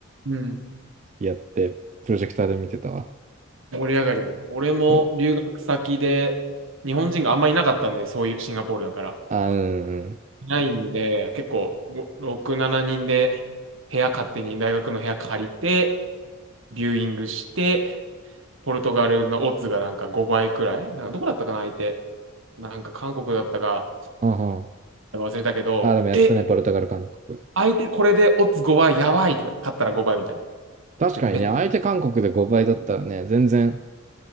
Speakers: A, on the right; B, on the right.
A: うん。
B: やって、プロジェクターで見てたわ。
A: 盛り上がるよね。俺も留学先で日本人があんまいなかったんで、
B: そう。
A: そういうシンガポールだから。
B: あ、うんうん。
A: いないんで、結構ご6、7人で部屋勝手に大学の部屋借りて、ビューイングして、ポルトガルのオッズがなんか5倍くらいなんかどこだったかな、相手。なんか韓国だったか、
B: あ、うん
A: なんか忘れたけど、
B: あ、でもやってたね、
A: え、
B: ポルトガル、韓国。
A: 相手これでオッズ5倍やばいとか、勝ったら5倍みたいな。
B: 確かにね、
A: で、めっ
B: 相手韓国で5倍だったらね、全然。